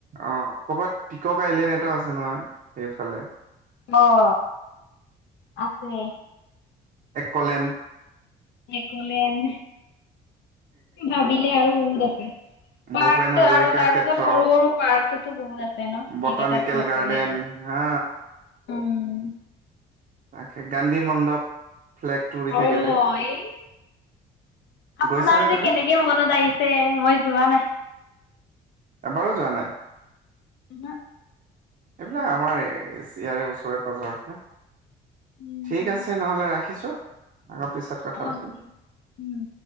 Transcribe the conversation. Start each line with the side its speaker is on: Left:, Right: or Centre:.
Right: অ ক'ৰবাত টিকক আইলেণ্ড এটাও আছে নহয় সেইফালে
Left: অহ আছে
Right: এক'লেন
Left: একলেন ভাবিলে আৰু বহুত আছে পাৰ্ক
Right: ভূপেন হাজৰিকা
Left: আৰু তাৰ
Right: ক্ষেত্ৰ
Left: পিছত সৰু সৰু পাৰ্কতো বহুত আছে ন সেইকেইটতো
Right: বটানিকেল
Left: নকওয়েই
Right: গাৰ্ডেন
Left: আৰু
Right: হা
Left: উম।
Right: তাকে গান্ধী মণ্ডপ ফ্লেগটো উৰি
Left: অ
Right: থাকে
Left: এই
Right: যে
Left: আপোনাৰ
Right: গৈছানে
Left: যে
Right: তুমি
Left: কেনেকে মনত আহিছে মই যোৱা নাই
Right: এবাৰো যোৱা নাই
Left: না
Right: এইবিলাক আমাৰ ইয়াৰে ওচৰে পাজৰে না
Left: উম
Right: ঠিক আছে নহলে ৰাখিছো আকৌ পিছত
Left: অহ
Right: কথা পাতিম
Left: অ উম